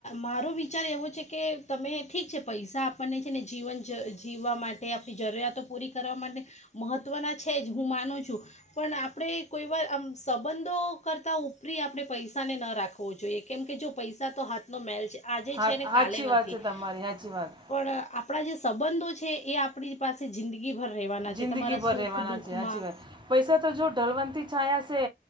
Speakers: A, on the left; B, on the right.
A: મારો વિચાર એવો છે, કે તમે ઠીક છે, પૈસા આપણને છે, ને જીવન જ જીવવા માટે આપણી જરૂરિયાતો પૂરી કરવા માટે મહત્ત્વના છે, જ હું માનું છું. પણ આપણે કોઈવાર આમ સંબંધો કરતા ઉપરી આપણે પૈસા અને નો રાખવો જોઈએ, કેમ કે જો પૈસા તો હાથ નો મેલ છે, આજે
B: હા
A: છે, ને
B: સાચી
A: કાલે નથી‌.
B: વાત છે તમારી સાચી વાત
A: પણ આપણા જે સંબંધો છે, એ આપણી પાસે રહેવાના
B: જિંદગી
A: છે,
B: ભર
A: સુખ
B: રહેવાના
A: દુઃખમાં.
B: છે સાચી વાત પૈસા તો જો ઢલવંત છાંયા છે,